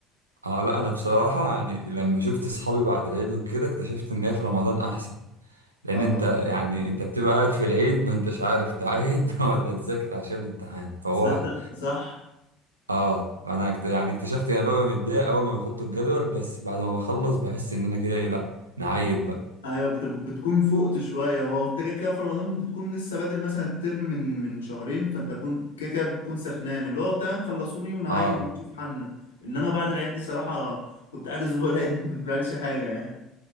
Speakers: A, on the right; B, on the left.
A: اه لا انا بصراحة يعني لما شفت اصحابي بعد العيد وكده اكتشفت ان هي في رمضان احسن لان
B: آه
A: انت يعني انت بتبقى قاعد في العيد ما انتش عارف تعيد <laughs> ولا تذاكر عشان الامتحان فهو
B: تصدق صح
A: اه انا اكت- يعني اكتشفت يعني ببقى متضايق اول ما بيحطوا الجدول بس بعد ما بخلص بحس ان انا كده ايه لا نعيد بقى
B: أيوة بت- بتكون فقت شوية هو أنت كده كده في رمضان بتكون لسه بادئ مثلا الترم من من شهرين فأنت كون كده كده بتكون سخنان اللي هو تمام خلصوني ونعايد
A: اه
B: ونشوف حالنا إنما بعد العيد دي صراحة كنت قاعد أسبوع العيد <laughs> ما بعملش حاجة يعني